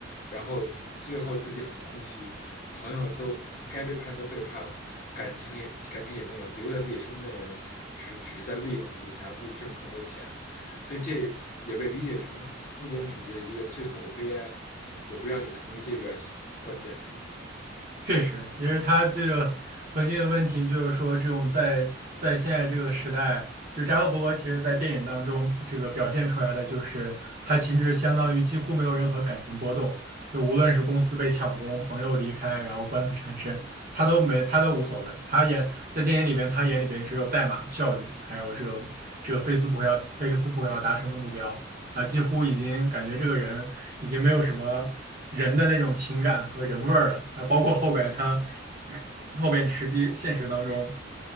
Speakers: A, on the left (about 40°); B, on the right (about 45°).
A: 然后最后自己很空虚，朋友都该背叛都背叛了，感情也感情也没有，留在自己身边的人只是只是在利用自己，想让自己挣更多钱。所以这也被理解成资本主义的一个最后的悲哀，我不知道你同意这个观点吗？
B: 确实，其实它这个核心的问题就是说，这种在在现在这个时代，就扎克伯格其实在电影当中这个表现出来的，就是他其实相当于几乎没有任何感情波动，就无论是公司被抢功、朋友离开，然后官司缠身，他都没他都无所谓。他眼在电影里边，他眼里边只有代码、效率，还有这个这个菲斯不可要菲克斯不可要达成的目标。啊，几乎已经感觉这个人已经没有什么人的那种情感和人味儿了。啊，包括后边他后边实际现实当中，